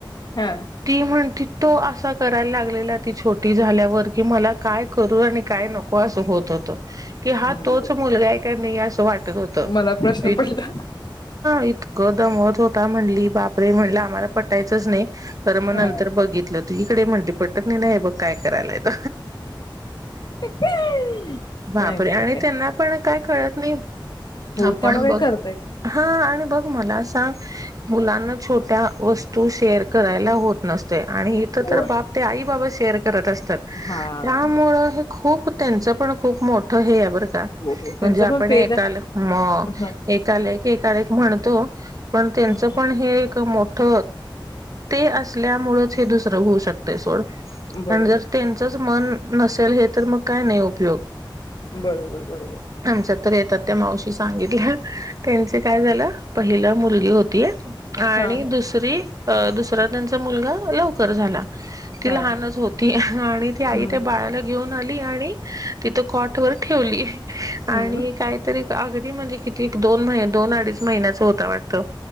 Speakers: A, on the left (about 55°); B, on the right (about 45°).
A: हां,
B: ती म्हणती तो असा करायला लागलेला ती छोटी झाल्यावर मला काय करू काय नको अस होत होत की हा
A: हं,
B: तोच
A: बरं.
B: मुला नाही असं वाटत होत
A: मला प्रश्न
B: ह
A: पडला.
B: इतकं दमत होता म्ह बापरे म्हटलं आम्हाला पटायच नाहीर मग नंतर
A: हां.
B: बघितलं तु इकडे म्ह पट नाही नाही बघ काय करायलायेत
A: नाहीतर
B: वापरे आणि
A: काय.
B: त्यांना पण काय कळत नाही
A: हो,
B: आपण
A: त्यामुळे
B: बघ
A: काय करता येत नाही.
B: हा आणि बघ मला सांग मुलांना छोट्या वस्तू शेअर करायला होत नसत आणि इथ
A: होय.
B: तर बाप ते आई बाबा शेअर करत असतात
A: हां.
B: त्यामु खूप त्यांचं पण खूप मोठ हे बर का
A: हो, हो. त्यांचं
B: म्हणजे आपण
A: पण फेज
B: एकाल
A: आहे.
B: म
A: हं,
B: एल एक एका म्हण पण त्यांच
A: हं, हं.
B: पण हे एक मोठ ते असल्यामुळेच हे दुसरं होऊ शकतं सोड आणि
A: बरोबर.
B: जर त्यांचच मन नसेल हे तर मग काय नाही उपयोग
A: बरोबर बरोबर
B: आमच्या तर येतात त्या मावशी सांगितल्या त्यांचे काय झालं पहिलं मुलगी होतीय आणि
A: हां,
B: दुसरी अ दुसरा त्यांचा मुलगा लवकर झाला ती
A: हां.
B: लहानच होती आणि ती आई
A: हं,
B: त्या बाळाला घेऊन आली आणि तिथं कॉट वर ठेवली
A: हं.
B: आणि काहीतरी अगदी म्हणजे किती एक दोन महिने दोन अडीच महिन्याच होता वाटत